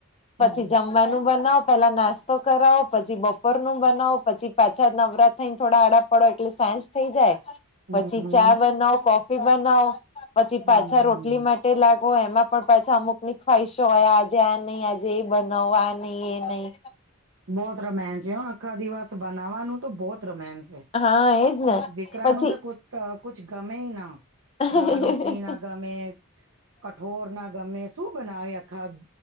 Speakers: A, on the right; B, on the left.
A: હમ..
B: પછી
A: હમ
B: જમવાનું બનાવો, પેલા નાસ્તો કરાવો, પછી બપોરનું બનાવો, પછી પાછા નવરા થઈને થોડા આડા પડો એટલે સાંજ થઈ જાય,
A: હમ
B: પછી ચા બનાવો, કોફી બનાવો પછી
A: હમ
B: પાછા રોટલી મા ટે લાગો, એમાં પણ પાછા અમુક ની ખ્વાહીશો હોય, આજે આ નહી આજે એ બનાવો આ નહિ એ નહી
A: બહોત રામાયન છે હો આખા દિવસ બનાવવાનું તો બહોત રોમસ
B: હા એજ ને
A: દીકરા
B: પછી
A: નું તો કુત અ.. કુછ ગમેય ના
B: <unintelligible>
A: દાલ રોટલી ના
B: ગરમ-ગરમ,
A: ગમે કઠોર ના ગમે શું બનાવે આખા